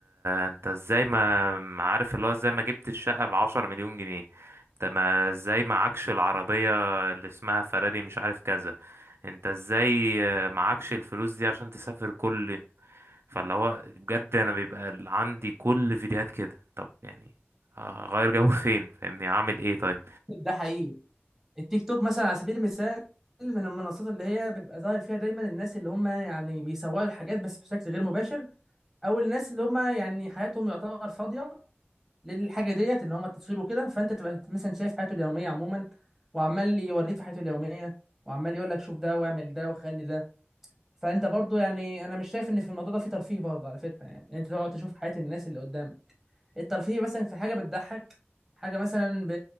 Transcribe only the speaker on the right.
انت ازاي ما ما عارف اللي هو ازاي ما جبت الشقة بعشرة مليون جنيه انت ما ازاي معكش العربية اللي اسمها فراري مش عارف كذا انت ازاي آه، معكش الفلوس دي عشان تسافر كل فاللي هو بجد انا بيبقى عندي كل فيديوهات كده طب يعني هغير جو <laughs> فين فاهمني اعمل ايه طيب